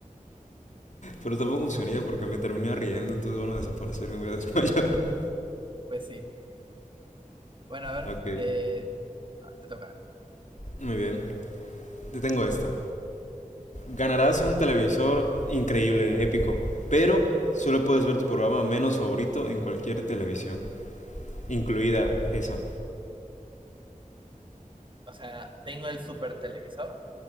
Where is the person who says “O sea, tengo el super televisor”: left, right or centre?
Right